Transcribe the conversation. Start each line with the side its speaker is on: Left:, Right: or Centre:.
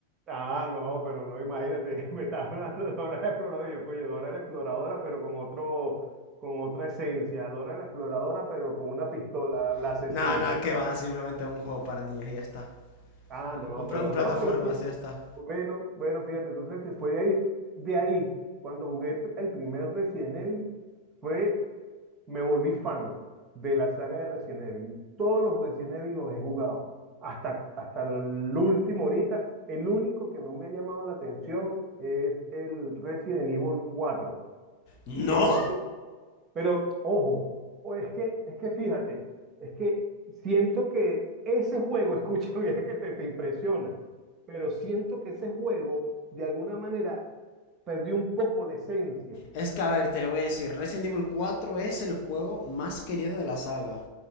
Right: ah, no, pero no, imagínate, <laughs> me estás hablando de Dora la Exploradora. y Yo, coño, Dora la Exploradora, pero con otro, con otra esencia. Dora la Exploradora, pero con una pistola,
Left: <laughs>
Right: la asesina.
Left: no, no, que va, simplemente un juego para niños y ya está,
Right: Ah, no,
Left: un, pla-
Right: pero
Left: un plataformas
Right: no, pero fí-
Left: y ya está.
Right: Bueno, bueno, fíjate, entonces se fue de ahí, de ahí, cuando jugué el primer Resident Evil, fue, me volví fan de la saga de Resident Evil y todos los Resident Evil los he jugado, hasta, hasta el último ahorita, el único que no me ha llamado la atención es el Resident Evil cuatro
Left: ¿No?
Right: y no sé, pero ojo, o es que, es que fíjate, es que siento que ese juego, <laughs> escucha, mira que te, te impresiona, pero siento que ese juego de alguna manera perdió un poco la esencia.
Left: Es que, a ver, te lo voy a decir, Resident Evil cuatro es el juego más querido de la saga,